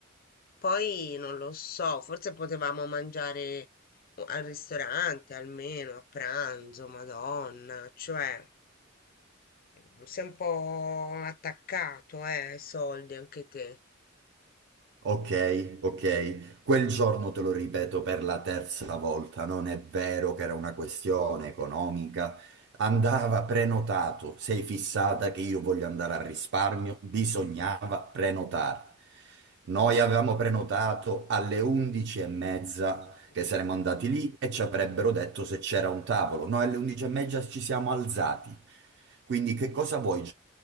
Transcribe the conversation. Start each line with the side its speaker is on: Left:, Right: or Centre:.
Left: Poi non lo so, forse potevamo mangiare o- al ristorante almeno a pranzo, Madonna, cioè mm, sei un po' attaccato, eh, ai soldi anche te.
Right: Ok, ok. Quel giorno te lo ripeto per la terza volta, non è vero che era una questione economica. Andava prenotato. Sei fissata che io voglio andare al risparmio? Bisognava prenotare. Noi avevamo prenotato alle 11 e mezza che saremmo
Left: Mm.
Right: andati lì e ci avrebbero detto se c'era un tavolo. Noi alle 11 e mezza ci siamo alzati. Quindi che cosa vuoi?